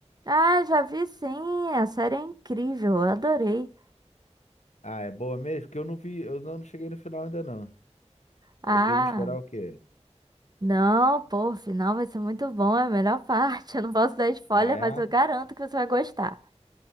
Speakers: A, on the right; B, on the left.
A: Ah, já vi sim. A série é incrível, eu adorei.
B: Ah, é boa mesmo? Porque eu não vi, eu não cheguei no final ainda não.
A: Ah,
B: Eu devo esperar o quê?
A: não, pô, o final vai ser muito bom, é a melhor <laughs> parte. Eu não posso dar spoiler,
B: Ah, é?
A: mas eu garanto que você vai gostar.